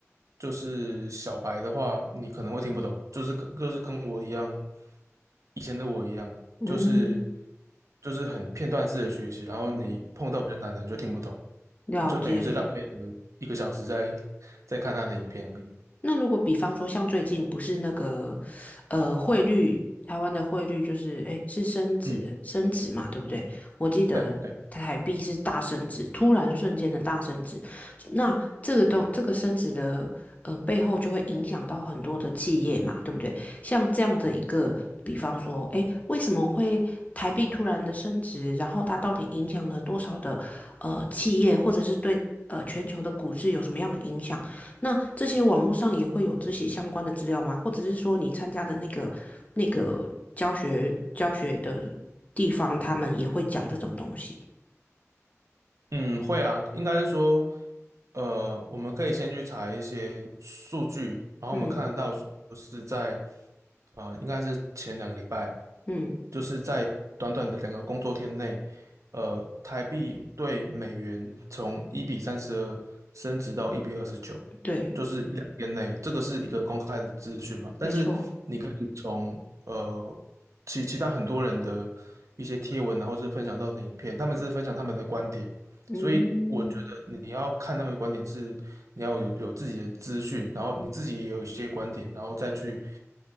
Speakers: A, on the right; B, on the left.
A: 就是小白的话，你可能会听不懂，就是跟就是跟我一样，以前的我一样，
B: 嗯
A: 就是就是很片段式的学习，然后你碰到比较难的你就听不懂。
B: 嗯，了解。
A: 你就等于是浪费了一个小时在在看他的影片而已。
B: 那如果比方说，像最近不是那个，呃，汇率，台湾的汇率就是，诶，是升值，
A: 嗯，
B: 升值嘛，对不对？我记得台币是大升值，
A: 对对。
B: 突然瞬间的大升值。那这个东，这个升值的，呃，背后就会影响到很多的企业嘛，对不对？像这样的一个，比方说，诶，为什么会台币突然的升值？然后它到底影响了多少的，呃，企业，或者是对，呃，全球的股市有什么样的影响？那这些网络上也会有自习相关的资料吗？或者是说你参加的那个那个教学教学的地方，他们也会讲这种东西？
A: 嗯，会啊，应该是说，呃，我们可以先去查一些数据，然后我们看得到说是在，
B: 嗯
A: 呃，应该是前两个礼拜，
B: 嗯，
A: 就是在短短的两个工作天内，呃，台币对美元从一比三十二升值到一比二十九，
B: 对，
A: 就是两天内，这个是一个公开的资讯嘛。但是你可以从呃其其他很多人的一些贴文啊，
B: 没错，
A: 然后是分享到的影片，他们是分享他们的观点。
B: 嗯
A: 所以我觉得你要看他们的观点是，你要有有自己的资讯，然后你自己也有一些观点，然后再去